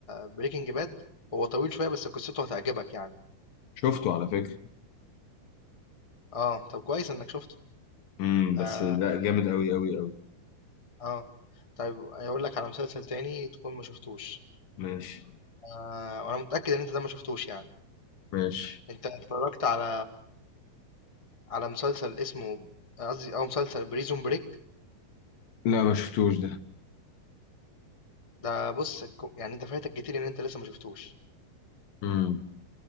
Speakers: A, on the left (about 15°); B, on the left (about 70°).
A: بريكنج باد هو طويل شويه بس قصته هتعجبك يعني
B: شفته على فكرة
A: اه طب كويس انك شفته
B: امم
A: اه
B: بس لا جامد قوي قوي قوي
A: اه طيب اقول لك على مسلسل تاني تكون ما شفتوش
B: ماشي
A: آه وانا متاكد ان انت ده ما شفتوش يعني
B: ماشي
A: انت اتفرجت على على مسلسل اسمه قصدي او مسلسل بريزون بريك
B: لا ما شفتوش ده
A: ده بص يعني انت فايتك كتير ان انت لسه ما شفتوش
B: امم